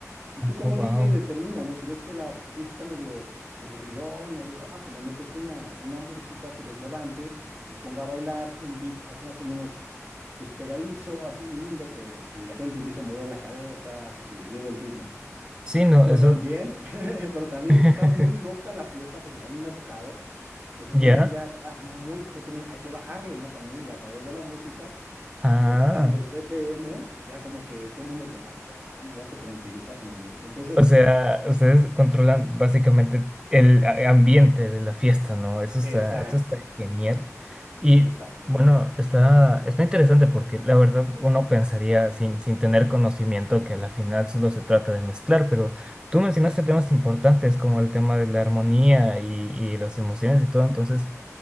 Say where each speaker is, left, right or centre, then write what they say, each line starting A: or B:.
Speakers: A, on the right; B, on the right.
A: y tú como
B: Oh, wow.
A: DJ determinas, ¿no? Si ves que la fiesta está medio aburridona y eso, ah, pues le metes una, una música que los levante, los ponga a bailar, un beat así más o menos pues pegadizo, así lindo, que, que la gente empieza a mover la cabeza, así que lleve el ritmo.
B: Sí, no,
A: Pero
B: eso.
A: también, <laughs> pero también
B: <laughs>
A: si está muy loca la fiesta, porque también me ha tocado, que se
B: ¿Ya?
A: pone así ya, ya muy, entonces también hay que bajarle, ¿no? También y a través de la música
B: Ah.
A: le bajas los BPMs, ya como que todo el mundo con, "Ah, vamos a tranquilizarnos, ¿no? Entonces,
B: O sea, ustedes controlan básicamente el a- ambiente de la fiesta, ¿no? Eso
A: Exacto,
B: está, eso está genial. Y
A: exacto.
B: bueno, está, está interesante porque la verdad uno pensaría sin, sin tener conocimiento que a la final solo se trata de mezclar, pero tú mencionaste temas importantes como el tema de la armonía y, y las emociones y todo, entonces